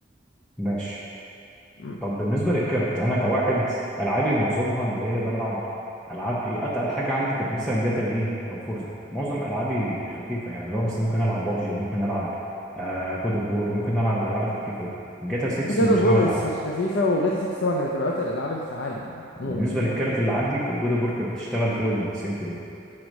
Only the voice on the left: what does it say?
مم.
على فكره جاد
اوف وور
مش مش خفيفه وجاتا 6 طبعا هتبقى اتقل الالعاب اللي في العالم عموما